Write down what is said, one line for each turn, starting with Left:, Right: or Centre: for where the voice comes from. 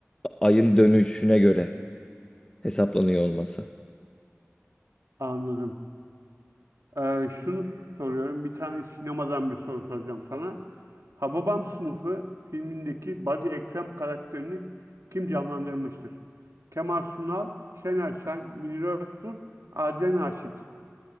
Left: ayın dönüşüne göre hesaplanıyor olması.
Right: anladım. Ee, şunu soruyorum. Bir tane sinemadan bir soru soracağım sana. Hababam Sınıfı filmindeki Badi Ekrem karakterini kim canlandırmıştır? Kemal Sunal, Şener Şen, Münir Özkul, Adile Naşit.